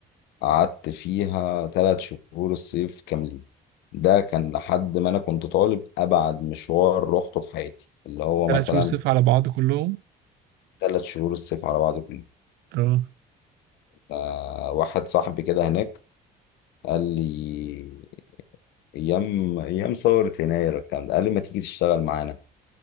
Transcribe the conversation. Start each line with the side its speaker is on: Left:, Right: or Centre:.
Left: قعدت فيها ثلاث شهور الصيف كاملين ده كان لحد ما أنا كنت طالب أبعد مشوار روحته في حياتي اللي هو مثلا
Right: ثلاث شهور صيف على بعض كلهم
Left: ثلاث شهور الصيف على بعض كله
Right: اه
Left: آه واحد صاحبي كده هناك قال لي أيام أيام ثورة يناير الكلام ده قال لي ما تيجي تشتغل معانا